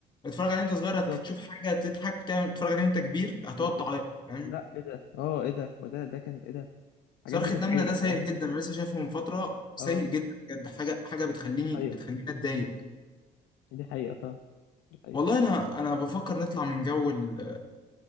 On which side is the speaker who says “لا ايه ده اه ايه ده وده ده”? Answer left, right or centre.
Left